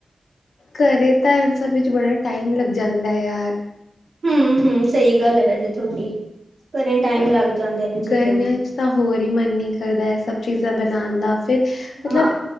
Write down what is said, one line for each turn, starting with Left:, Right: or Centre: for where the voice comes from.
Left: ਘਰੇ ਤਾਂ ਐ ਸਭ ਵਿੱਚ ਬੜਾ ਟਾਈਮ ਲੱਗ ਜਾਂਦਾ ਹੈ ਯਾਰ
Right: ਹਮ ਹਮ ਸਹੀ ਗੱਲ ਹੈ ਵੈਸੇ ਤੁਹਾਡੀ ਘਰੇ ਟਾਈਮ
Left: ਅ
Right: ਲੱਗ ਜਾਂਦਾ ਇਹਨਾਂ ਚੀਜ਼ਾਂ
Left: ਗਰਮੀਆਂ
Right: ਨੂੰ
Left: ਚ ਤਾਂ ਹੋਰ ਹੀ ਮਨ ਨ ਕਰਦਾ ਇਸ ਸਭ ਚੀਜ਼ਾਂ ਉਣ ਦਾ ਫਿਰ ਮਤਲਬ
Right: ਹਾਂ।